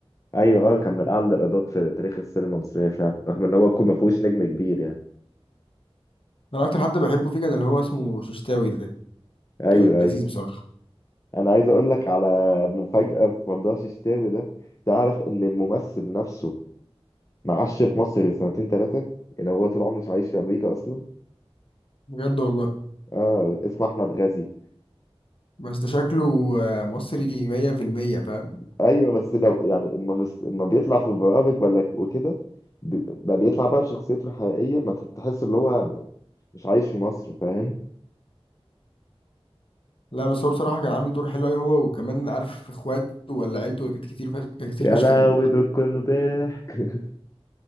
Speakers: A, on the left (about 30°); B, on the left (about 60°).
A: أيوه أه كان من أعلى الإيرادات في تاريخ السينما المصرية فعلا رغم إن هو يكون ما فيهوش نجم كبير يعني
B: انا اكتر حد بحبه فيه كان اللي هو اسمه ششتاوي ده
A: أيوه
B: كان لذيذ
A: أيوه
B: بصراحة
A: انا عايز اقول لك على مفاجأة في موضوع الشتاوي ده تعرف ان الممثل نفسه معاش في مصر سنتين ثلاثة يعني هو طول عمره مش عايش في امريكا اصلا
B: بجد والله
A: اه اسمه احمد غازي
B: بس ده شكله آه، مصري 100% فاهم
A: ايوه بس لو يعني اما مس- اما بيطلع في برامج ولا وكده بي- بقى بيطلع بقى بشخصيته الحقيقية ما تح- تحس ان هو مش عايش في مصر فاهم
B: لا بس هو بصراحة كان عامل دور حلو أوي هو وكمان عارف اخواته ولا عيلته كانت كتير فشخ كانت كتير
A: يا
B: فشخ
A: لهوي
B: دي،
A: دول كانوا ضحك